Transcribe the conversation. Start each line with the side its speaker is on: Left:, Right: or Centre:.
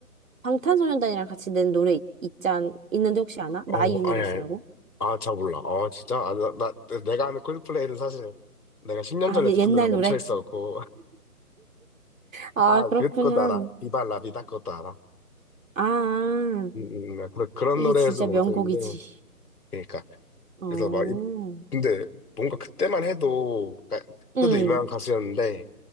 Right: 방탄소년단이랑 같이 낸 노래 있, 있지 않, 있는데 혹시 아나?
Left: 어
Right: 마이 유니버스라고?
Left: 아니 아니 아잘 몰라. 어 진짜? 아, 나, 나 내가 아는 콜드플레이는 사실 내가 10년
Right: 아,
Left: 전에
Right: 예-
Left: 듣던
Right: 옛날
Left: 데서 멈춰
Right: 노래?
Left: 있어갖고
Right: 아,
Left: 아, 그
Right: 그렇구나.
Left: 것도 알아. 비바 라비다 그것도 알아.
Right: 아, 아.
Left: 음, 음, 음. 아, 그런, 그런
Right: 이게
Left: 노래에서
Right: 진짜
Left: 못했는데.
Right: 명곡이지.
Left: 그러니까.
Right: 어.
Left: 그래서 막, 이- 근데 뭔가 그때만 해도, 그러니까
Right: 응.
Left: 그때도 유명한 가수였는데,